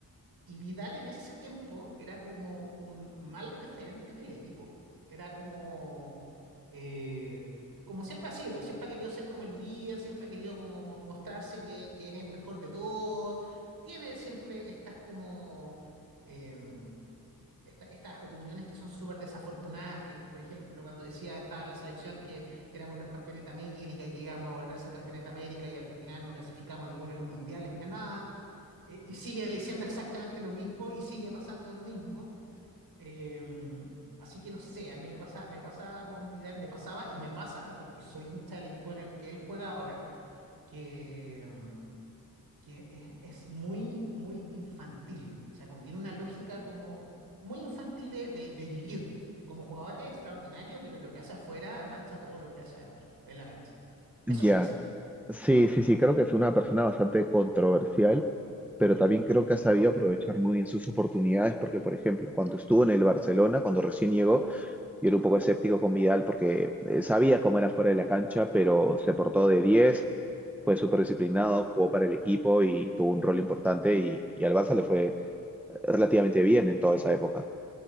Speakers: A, on the right; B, in the centre.
A: Y Vidal en ese tiempo era como un mal referente en el equipo. Era como, eh, como siempre ha sido, siempre ha querido ser como el líder, siempre ha querido como mo- mostrarse que, que es el mejor de todos. Tiene siempre estas como em, esta- estas opiniones que son súper desafortunadas, que por ejemplo cuando decía estaba la selección que éramos los campeones de América y que íbamos a volver a ser campeones de América y al final no clasificamos a ninguno de los mundiales ni a nada eh, y sigue diciendo exactamente lo mismo y sigue pasando lo mismo. Eh, así que no sé, a mí me pasa, me pasa con Vidal, me pasaba y me pasa, porque soy hincha del equipo en el que él juega ahora, que, mm, que es, es muy, muy infantil. O sea, como tiene una lógica como muy infantil de, de- de vivir. Como jugador es extraordinario, pero lo que hace afuera mancha todo lo que hace adentro, en la cancha.
B: ya.
A: Eso me pasa.
B: Sí, sí, sí, creo que es una persona bastante controversial, pero
A: Ujú,
B: también creo que ha sabido aprovechar muy bien sus oportunidades, porque, por ejemplo, cuando estuvo en el Barcelona, cuando recién llegó, yo era un poco escéptico con Vidal porque eh, sabía cómo era fuera de la cancha, pero se portó de 10, fue
A: ujú.
B: súper disciplinado, jugó para el equipo y tuvo un rol importante y, y al Barça le fue relativamente bien en toda esa época.